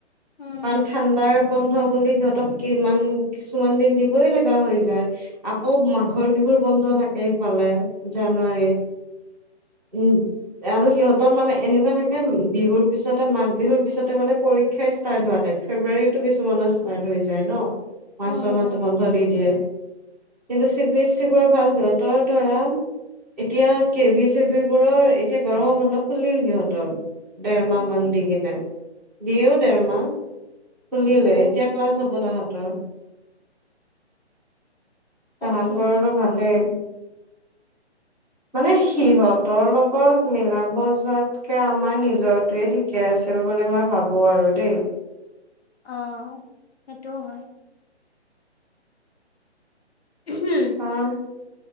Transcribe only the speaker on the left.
উম,
উম,
উম।
উম,
উম,
তাকেহে
অ', সেইটোও হয়। <unintelligible>